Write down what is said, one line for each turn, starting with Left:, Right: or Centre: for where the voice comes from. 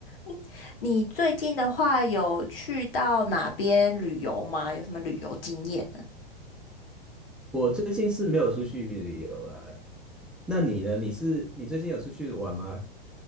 Left: <laughs> 你最近的话有去到哪边旅游吗？有什么旅游经验呢
Centre: 我最近是没有出去旅游啊，那你呢？你是你最近有出去玩吗？